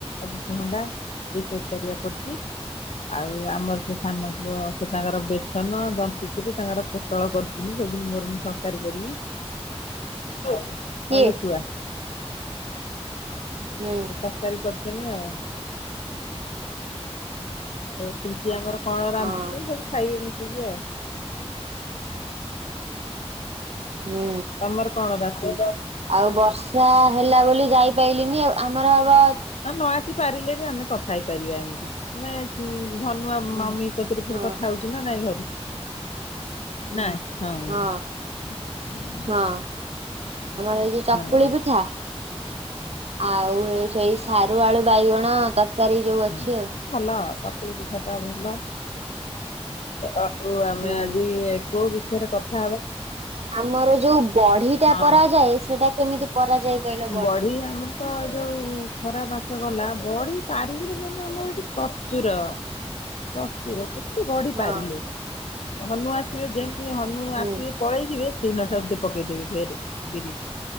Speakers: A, on the left; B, on the right.
A: ଆବୁକଭଣ୍ଡା ଏସବୁ ପରିବା ପଡିଚି। ଆଉ ଆମର ସେ ସାନ ପୁଅ ସେ ତାଙ୍କର ବେସନ ଯନ୍ତିକିରି ତାଙ୍କର ପୋଟଳ କରୁଚିନି କହୁଚନ୍ତି ମୋର ମୁଁ ତରକାରୀ କରିବି। ଆଉ
B: କିଏ?
A: ହଁ ଲିଟୁଆ
B: ହୁଁ
A: ଆ ସେ ତରକାରୀ କରୁଚନ୍ତି ଆଉ। ଆଡେ ପିଙ୍କି ଆମର କଣ ରାନ୍ଧିଚି
B: ହଁ
A: ସବୁ ଖାଇବେ ମିଶିକି ଆଉ।
B: ହୁଁ।
A: ତମର କଣ ରାତି
B: ଆଉ ବର୍ଷା ହେଲା ବୋଲି ଯାଇପାରଲିିନି ଆଉ। ଆମର ବା
A: ନ ଆସି ପାରିଲେ ବି ଆମେ କଥା ହେଇପାରିବା ଏମିତି ଆମେ ଧନୁଆ ମମି ସାଥିରେ
B: ହଁ
A: ଫରେ କଥା ହଉଚୁ ନା ନାଇଁ ଘରୁ। ନାଇଁ ହଁ।
B: ହଁ ହଁ। ଆମର ଏଇ ଯଉ ଚକୁଳି
A: ହଁ।
B: ପିଠା ଆଉ ଏ ସେଇ ସାରୁ ଆଳୁ ବାଇଗଣ ତରକାରୀ ଯୋଉ
A: ହଁ
B: ଅଛି ଆଉ।
A: ଭଲ ତକୁଳି ପିଠା ଟା ଭଲ ଆଉ ଆମେ
B: ହୁଁ।
A: ଆଜି କୋଉ ବିଷୟରେ କଥା ହବା।
B: ଆମର ଯୋଉ ବଢିଟା
A: ହଁ।
B: ପରା ଜାଏ ସେଟା କେମିତି ପରାଯାଏ କହିଲ
A: ବଢି ଆମର ତ ଯୋଉ ଖରା ମାସ ଗଲା ବଢି ପାରିଲେ ମାନେ ଆମର ଏଠି ପ୍ରଚୁର। ପ୍ରଚୁର ସେତେ ବଢି
B: ହଁ।
A: ପାରିଲେ ହନୁ ଆସିବେ ଯେମିତି ହନୁ
B: ହୁଁ
A: ଆସିବେ ପଳେଇ ଯିବେ ସିିନ ଠାରୁ ପକେଇଦେବେ ଫେରେ ବିରି